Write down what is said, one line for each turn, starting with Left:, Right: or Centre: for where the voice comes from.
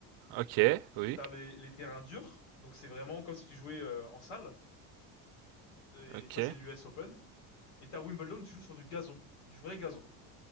Right: ok, oui,
Left: T'as les, les terrains durs, donc c'est vraiment comme si tu jouais euh, en salle. Et
Right: ok.
Left: ça, c'est l'US Open. Et t'as Wimbledon, tu joues sur du gazon, du vrai gazon.